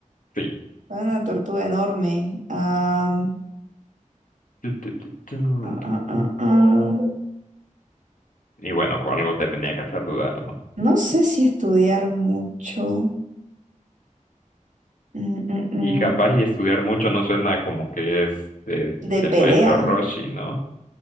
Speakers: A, on the left (about 80°); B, on the right (about 70°).
A: Sí.
B: Era Una tortuga enorme. Am,
A: Tu, tu, tu, tu,
B: ah,
A: tu,
B: ah,
A: tu.
B: ah, ah.
A: Y bueno, con algo te tenía que hacer dudar, ¿no?
B: No sé si estudiar mucho. Mm, mm, mm.
A: Y capaz y estudiar mucho no suena como que es de,
B: De
A: del
B: pelea.
A: maestro Roshi, ¿no?